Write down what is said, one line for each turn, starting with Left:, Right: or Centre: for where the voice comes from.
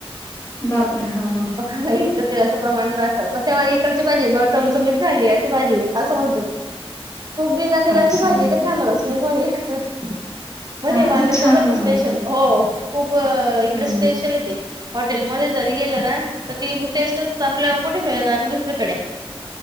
Left: बापरे! हां, हां.
Right: <unintelligible> तेलाचं प्रमाणात असतात. मग तवा इकडची भाजी चमचमीच झाली अशी भाजी असं म्हणतात. तो बिना तेलाची
Left: अच्छा.
Right: भाजी तर खाणारच नाही बाई. <unintelligible> वांग्याच
Left: हां ना, छान
Right: भरीत
Left: बनवता.
Right: स्पेशल हो खूप इकडे
Left: हं.
Right: स्पेशल आहे ते. हॉटेलमध्ये जरी गेलं ना तर ती <unintelligible> टेस्टच आपल्याला कुठे मिळणार दुसरीकडे.